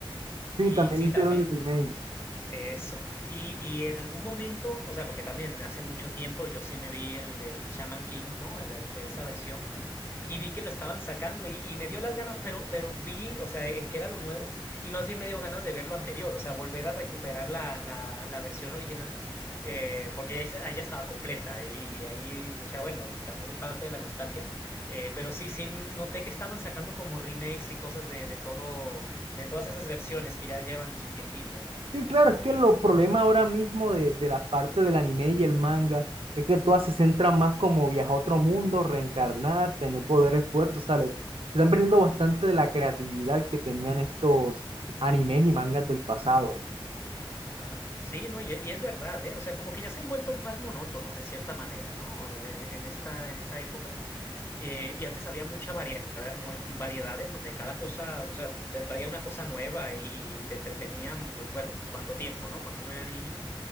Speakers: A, on the right (about 85°); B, on the left (about 25°).
A: Sí,
B: Y
A: también
B: sí,
A: le hicieron
B: también.
A: el remake.
B: Eso. Y, y en algún momento, o sea, porque también hace mucho tiempo yo sí me vi el, el Shaman King, ¿no? El- el- esa versión, y vi que lo estaban sacando y, y me dio las ganas, pero, pero vi, o sea, eh, que era lo nuevo, y más bien me dio ganas de ver lo anterior, o sea, volver a recuperar la, la, la versión original, eh, porque ya, hice- ahí ya estaba completa, y, ahí, o sea, bueno, también parte de la nostalgia, eh, pero sí, sí noté que estaban sacando como remakes y cosas de, de todo, de todas esas versiones que ya llevan su tiempito, ¿no?
A: Sí, claro, es que lo problema ahora mismo de, de la parte del anime y el manga es que todas se centran más como viajar a otro mundo, reencarnar, tener poderes fuertes, ¿sale? Se están perdiendo bastante de la creatividad que tenían estos animes y mangas del pasado.
B: Ajá. Sí, no, y, y es verdad, ¿eh? O sea, como que ya se han vuelto más monótonos en cierta manera, ¿no? Eh, en esta, en esta época. Eh, y antes había mucha variedad, mu- variedad en donde cada cosa, o sea, te traía una cosa nueva y, y te entretenían, pues bueno, cuánto tiempo, ¿no? Cuando uno era niño.